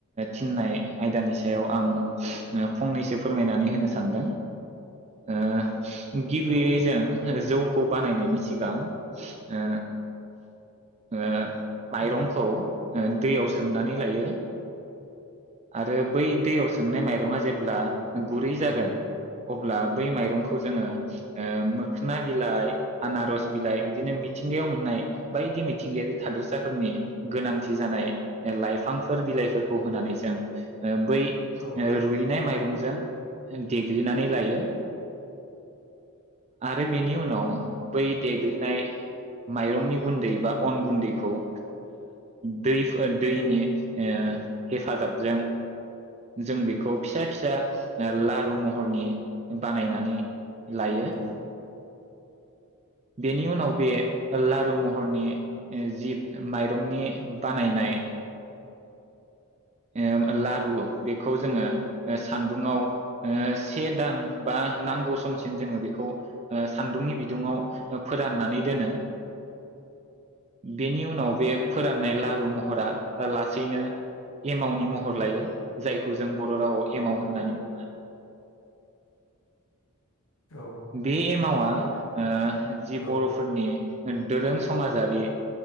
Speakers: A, on the right; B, on the left.
A: थिनाय आयदानि सायाव आं फंनैसो फोरमायनानै होनो सानदों ओ गिबियै
B: औ औ
A: जों जौ खौ बानायनायनि सिगां ओ ओ माइरंखौ
B: उम
A: दैयाव सोमनानै लायो आरो बै दैयाव सोमनाय माइरङा जेब्ला गुरै जागोन
B: औ
A: अब्ला बै माइरंखौ जोंङो मोखोना बिलाइ आनारस
B: औ
A: बिलाइ बिदिनो मि थिंगायाव मोननाय बायदि मिथिंगायारि थादोरसाफोरनि गोनांथि जानाय लाइफांफोर बिलाइफोरखौ होनानै जों ओ बै
B: औ
A: रुइनाय माइरं जों देग्लिनानै लायो आरो बेनि उनाव बै देग्लिनाय माइरंनि गुन्दै बा अन गुन्दैखौ ओ दै-दैनि
B: औ
A: ओ हेफाजाबजों जों बेखौ फिसा-फिसा लारु महरनि बानायनानै लायो
B: औ
A: बेनि उनाव बे लारु महरनि जि माइरंनि बानायनाय ए लारु
B: औ
A: बेखौ जोंङो सान्दुङाव ओ से दान बा नांगौ समसिम जोंङो बेखौ ओ सान्दुंनि बिदुङाव फोराननानै दोनो बेनि उनाव बे फोराननाय लारु महरा लासैनो एमावनि महर लायो जायखौ जों बर' रावआव एमाव होननानै बुङो।
B: औ
A: बे एमावा ओ जि बर'फोरनि
B: औ
A: दोरों समाजारि